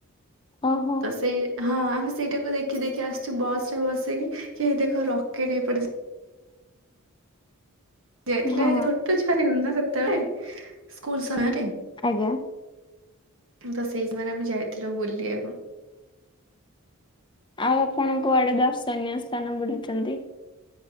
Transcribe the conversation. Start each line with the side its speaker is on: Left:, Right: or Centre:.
Left: ଓହୋ
Right: ତ ସେଇ ହଁ ଆମେ ସେଇଟାକୁ ଦେଖି ଦେଖି ଆସ୍ଛୁ ବସ୍ ରେ ବସିକି ହେଇ ଦେଖ ରକେଟ୍ ଏଇ ପଟେ ଯା ଯାଇଥିଲା
Left: ହଁ
Right: ଛୋଟ ଛୁଆ ଥିଲୁ ନା ସେତେବେଳେ ସ୍କୁଲ୍ ସମୟରେ।
Left: ଆଜ୍ଞା।
Right: ତ ସେଇ ସମୟ ରେ ଆମେ ଯାଇଥିଲୁ ବୁଲିବାକୁ।
Left: ଆଉ ଆପଣ କୁଆଡେ ଦର୍ଶନୀୟ ସ୍ଥାନ ବୁଲିଚନ୍ତି।